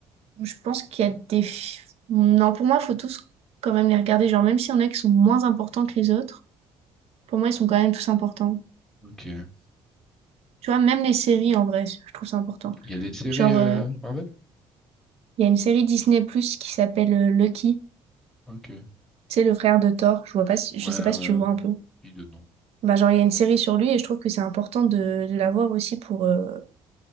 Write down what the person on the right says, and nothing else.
je pense qu'il y a des... fi- Non, pour moi, faut tous quand même les regarder. Genre, même s'il y en a qui sont moins importants que les autres, pour moi, ils sont quand même tous importants.
Tu vois, même les séries, en vrai, je trouve ça important.
Genre,
euh,
il y a une série Disney+, qui s'appelle euh, Lucky.
c'est le frère de Thor, je vois pas si-
je sais pas
si tu vois un peu.
Bah, genre, il y a une série sur lui et je trouve que c'est important de, de l'avoir aussi pour, euh,